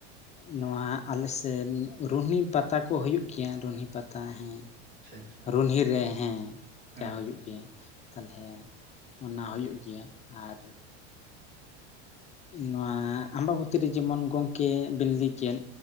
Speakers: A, on the left; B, on the right.
A: ᱱᱚᱣᱟ ᱟᱞᱮ ᱥᱮᱫ ᱨᱩᱦᱤ ᱯᱟᱛᱟ ᱠᱚ ᱦᱩᱭᱩᱜ ᱜᱮᱭᱟ ᱨᱩᱦᱤ ᱯᱟᱛᱟ ᱦᱮᱸ,
B: ᱟᱪᱪᱷᱟ ᱟᱪᱪᱷᱟ
A: ᱨᱩᱱᱦᱤ ᱨᱮ ᱦᱮᱸ
B: ᱦᱮᱸ
A: ᱪᱟ ᱦᱩᱭᱩᱜ ᱜᱮᱭᱟ, ᱛᱟᱦᱚᱞᱮ ᱚᱱᱟ ᱦᱩᱭᱩᱜ ᱜᱮᱭᱟ, ᱟᱨ ᱱᱚᱣᱟ ᱟᱢᱵᱟᱵᱚᱛᱤ ᱨᱮ ᱡᱮᱢᱚᱱ ᱜᱚᱝᱠᱮ ᱵᱤᱱᱞᱟᱭᱠᱮ ᱶᱟ ᱠᱮᱫ